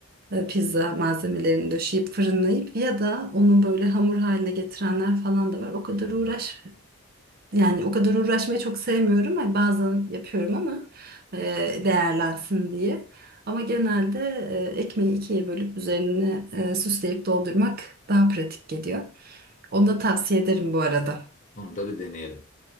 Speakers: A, on the right; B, on the left.
A: e, pizza malzemelerini döşeyip fırınlayıp ya da onu böyle hamur haline getirenler falan da var. O kadar
B: Hmm,
A: uğraş yani
B: Evet.
A: o kadar uğraşmayı çok sevmiyorum. Hani bazen yapıyorum ama e, değerlensin diye. Ama genelde e, ekmeği ikiye bölüp üzerine e, süsleyip doldurmak daha pratik geliyor. Onu
B: Hmm.
A: da tavsiye ederim bu arada.
B: Onu da bir deneyelim.